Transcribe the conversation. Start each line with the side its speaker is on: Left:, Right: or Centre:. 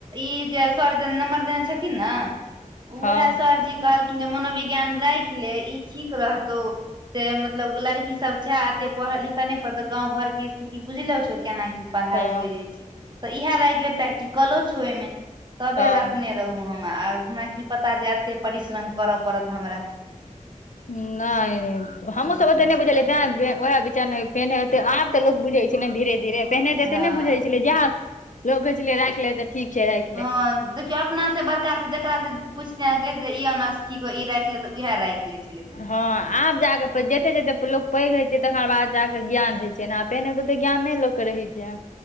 Right: ई जे सर जे नम्रदन छथिन ने उएह
Left: हँ
Right: सरजी कहलखिन जे मनोविज्ञान राखि ले ई ठीक रहतौ से मतलब लड़की सब छै एते पढ़ लिखऽ नय पड़त गाँव घर के स्थिति बुझलो छौ केना की पढ़ाई
Left: हँ
Right: होइ जाइ छै तऽ इएह राख रहे प्रैक्टिकलो छौ ओहिमें तबे
Left: हँ
Right: रखने रहू हम आ हमरा की पता जे एते परिश्रम करय पड़त हमरा
Left: नय हमूँ
Right: हँ
Left: सब ओते नहि बुझलियै तै वएह पहिनेेब त लोको बुझे छै ने धीे धीरे पहिने ते
Right: हँ
Left: एते ने बुझे छै जा लोकै छलै रख ले तऽ ठीक छै राख
Right: हँ देखियौ अपना से बड़का से जेकास से पुछेहके जे ईनानज ठीक हइ ई राख ले तऽ उह राखि लय छै
Left: हँ आब जाकऽ जते जते लोक पैघ होइत छै तकर बाद जाकऽ ज्ञान होइत छै ने पहिने हेतै ओते ज्ञान नय लोकके रहै छै चा